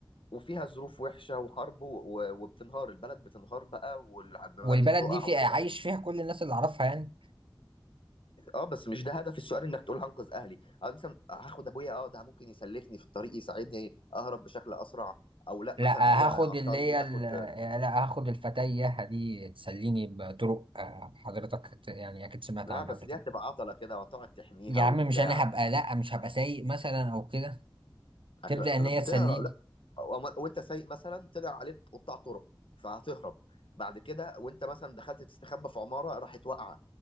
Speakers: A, on the left (about 75°); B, on the right (about 75°).
A: وفيها ظروف وحشة وحرب و- و- وبتنهار البلد بتنهار بقى والمباني
B: والبلد
A: بتقع
B: دي في
A: وكده
B: عايش فيها كل الناس اللي اعرفها يعني
A: اه بس مش ده هدف السؤال انك تقول هنقذ اهلي أو مثلا هاخد ابويا اه ده ممكن يسلفني في الطريق يساعدني اهرب بشكل اسرع او لا
B: لا
A: مثلا ابويا
B: هاخد
A: هيعطلني
B: اللي هي ال-
A: اخد
B: لا هاخد الفتية دي تسليني بطرق آه، حضرتك ت- يعني اكيد سمعت
A: لا
B: عنها
A: بس
B: قبل
A: دي
B: كده
A: هتبقى عطلة كده وهتقعد تحميها
B: يا
A: وبتاع
B: عم مش انا هبقى لا مش هبقى سايق مثلا او كده
A: هتبقى
B: تبدأ ان هي
A: بتهرب
B: تسليني
A: لا وما- وانت سايق مثلا طلع عليك قطاع طرق فهتهرب بعد كده وانت مثلا دخلت تستخبى في عمارة راحت واقعة